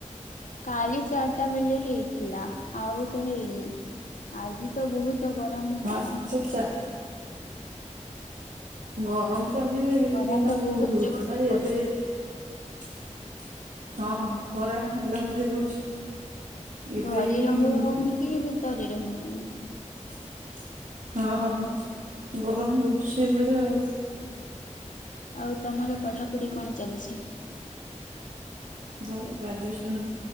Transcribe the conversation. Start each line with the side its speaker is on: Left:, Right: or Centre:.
Left: କାଲି ଚାରଟା ବେଲେ ହେଇଥିଲା। ଆଉ ତ ହେଇନି। ଆଜି ତ ବହୁତ ତ ଗରମ କଣ
Right: ହଁ ସେ
Left: <inaudible>
Right: ଚା
Left: କରି
Right: ଗରମ ତ ଆଜି
Left: ଖରା
Right: ଦିନରେ
Left: ତ
Right: ବହୁତ ହଉଥିଲା
Left: ଜୋରରେ କରି
Right: ଏବେ ହଁ। <inaudible> ହଁ। ଖରା ବୁଲାବୁଲି ହଉଛି? ଏବେ
Left: ଘରେ
Right: ଏଇ
Left: ରହୁ ହଉନି କି ଭିତରେ ରହି ହଉନି।
Right: <inaudible> ହଁ। <inaudible> ଗରମ ହଉଛି ସେଇଭଳିଆ ଆଉ।
Left: ଆଉ ତମର ପଢାପଢି କଣ ଚାଲିଛି?
Right: ମୋର ଗ୍ରାଜୁଏସନ୍